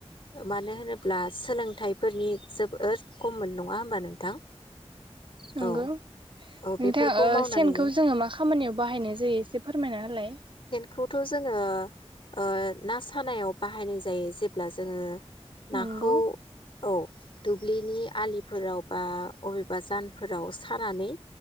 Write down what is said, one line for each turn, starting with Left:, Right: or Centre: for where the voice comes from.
Left: मानो होनोब्ला सोलोंथाइफोरनि जोबोर खममोन नङा होमबा नोंथां
Right: नंगौ
Left: औ
Right: नोंथा
Left: औ बेफोरखौ
Right: ओ
Left: मावनानैनो
Right: सेनखौ जोङो मा खामानियाव बाहायनाय जायो एसे फोरमायना होलाय।
Left: खौथ' जोङो ओ ना सानायाव बाहायनाय जायो। जेब्ला जोङो नाखौ
Right: नंगौ
Left: औ दुब्लिनि आलिफोराव बा अबेबा जानफोराव सानानै